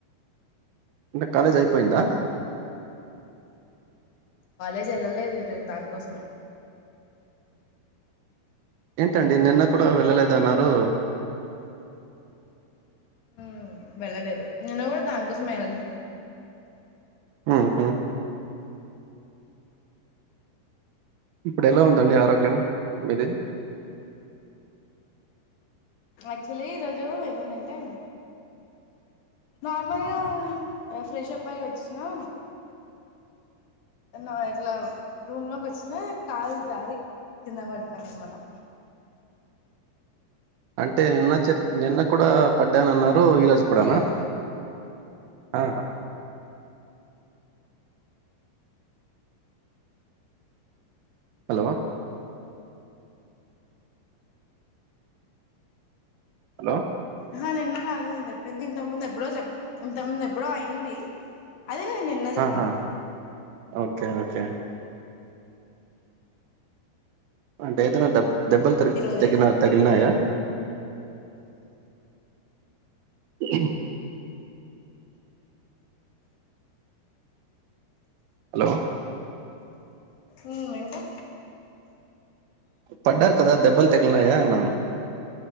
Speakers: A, on the right; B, on the left.
A: అంటే కాలేజ్ అయిపోయిందా
B: కాలేజ్ వెళ్ళలేదు ఈరోజు దానికోసమే
A: ఏంటండి నిన్న కూడా వెళ్ళలేదు అన్నారు.
B: మ్మ్ వెళ్ళలేదు నిన్న కూడా దానికోమే వెళ్ళలేదు
A: ఉహు ఇప్పుడు ఎలా ఉందండి ఆరోగ్యం మీది
B: యాక్చువల్లీ ఈరోజు ఏమైందంటే నార్మల్గా ఫ్రెష్ప్ అయివచ్చినా నా ఇట్లా రూమ్ లోకి వచ్చిన కాలు జారీ కింద వడిపోన అనమాటా
A: అంటే నిన్న చెప్ నిన్న కూడా పడ్డానన్నారు ఈ రోజు కూడానా
B: హలో
A: ఆ హలో హలో
B: హ నిన్న కాదు నేను చెప్పింది ఇంత ముందు ఎప్పుడో చెప్ ఇంత ముందు ఎప్పుడో అయింది. అదే లే నిన్న చెప్పిన
A: ఆహా ఓకే ఓకే అంటే ఏదైనా దబ్ దెబ్బలు
B: ఈ రోజు
A: తగిన
B: అయితే
A: తగిల్నాయా ఇ హలో
B: ఉ ఇంకా
A: పడ్డారు కదా దెబ్బల్ తగిలినాయా అన్నాను